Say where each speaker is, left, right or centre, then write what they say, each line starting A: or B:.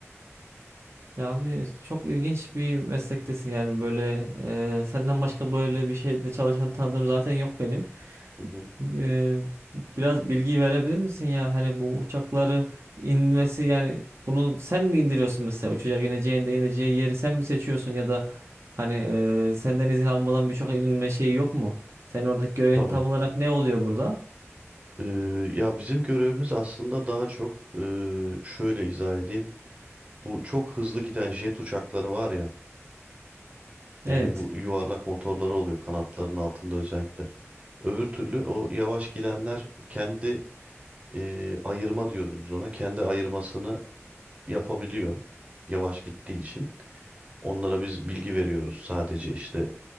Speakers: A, on the right; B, on the right.
A: Ya abi çok ilginç bir meslektesin yani böyle e, senden başka böyle bir şeyde çalışan tanıdığım zaten yok benim.
B: Hı hı.
A: E, biraz bilgi verebilir misin ya? Hani bu uçakları inmesi yani bunu sen mi indiriyorsun mesela uçacak ineceğinde ineceği yeri sen mi seçiyorsun ya da hani e, senden izin almadan birçok inme şeyi yok mu? Senin oradaki görevin
B: Tabii.
A: tam olarak ne oluyor burada?
B: Ee, ya bizim görevimiz aslında daha çok ee, şöyle izah edeyim. Bu çok hızlı giden jet uçakları var ya
A: Evet.
B: ee, bu yuvarlak motorları oluyor kanatların altında özellikle. Öbür türlü o yavaş gidenler kendi e, ayırma diyoruz biz ona. Kendi ayırmasını yapabiliyor yavaş gittiği için. Onlara biz bilgi veriyoruz sadece işte